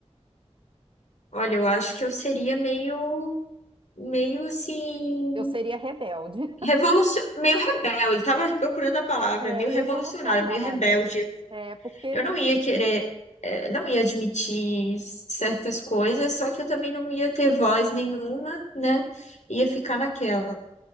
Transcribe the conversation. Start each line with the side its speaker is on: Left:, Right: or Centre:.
Left: olha, eu acho que eu seria meio, meio assim.
Right: Eu seria rebelde,
Left: revolucion... meio rebelde, tava procurando a palavra,
Right: <laughs> é,
Left: meio
Right: revolucionária.
Left: revolucionário, meio rebelde, assim.
Right: É, porque
Left: Eu não ia querer, eh, não ia admitir certas coisas, só que eu também não ia ter voz nenhuma, né? Ia ficar naquela.